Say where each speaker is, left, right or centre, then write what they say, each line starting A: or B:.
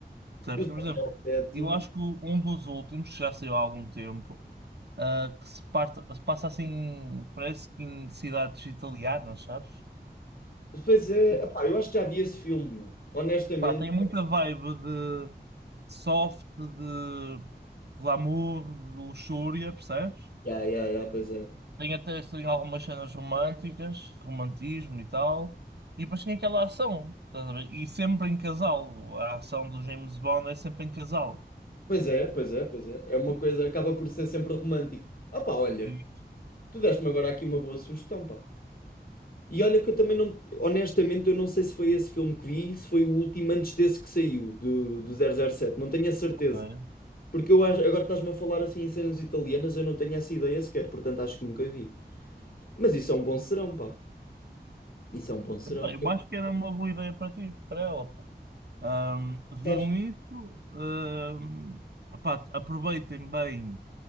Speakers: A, on the right (about 70°); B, on the left (about 55°).
A: Percebes?
B: os
A: Por
B: 07.
A: exemplo, eu acho que o- um dos últimos, que já saiu há algum tempo, ah, que se, parta- se passa assim, parece que em cidades italianas, sabes?
B: Pois é,
A: E,
B: epá, eu acho que já vi esse filme, meu. Honestamente.
A: pá, tem muita vibe de soft, de glamour, de luxúria, percebes?
B: Ya, ya, ya, pois é.
A: Tem até tem algumas cenas românticas, romantismo e tal. E depois tinha aquela ação, estás a ver? E sempre em casal. A ação do James Bond é sempre em casal.
B: Pois é, pois é, pois é. É uma coisa, acaba por ser sempre romântico. Ah, pá, olha,
A: E,
B: tu deste-me agora aqui uma boa sugestão, pá. E olha que eu também não, honestamente, eu não sei se foi esse filme que vi, se foi o último antes desse que saiu, do, do zero zero sete não tenho a certeza.
A: ok.
B: Porque eu acho, agora estás-me a falar assim em cenas italianas, eu não tenho essa ideia sequer, portanto acho que nunca vi. Mas isso é um bom serão, pá. Isso é um bom serão.
A: Epá, Eu acho que era uma boa ideia para ti, para ela. pá. Ahm, viam
B: Sabes?
A: isso, ahm, epá, aproveitem bem